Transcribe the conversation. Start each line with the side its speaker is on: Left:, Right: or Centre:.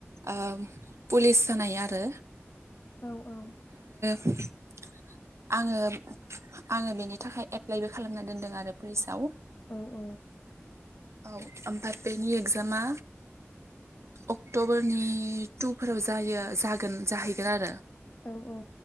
Right: ओ। पुलिस जानाय आरो।
Left: औ-औ।
Right: <unintelligible> आङो-आङो बेनि थाखाय एप्लाइबो खालामना दोनदों आरो पुलिसआव।
Left: औ-औ।
Right: औ ओमफ्राय बेनि एकजामा अक्ट'बरनि। नि टुफोराव जायो जागोन जाहैगोन आरो।
Left: औ-औ।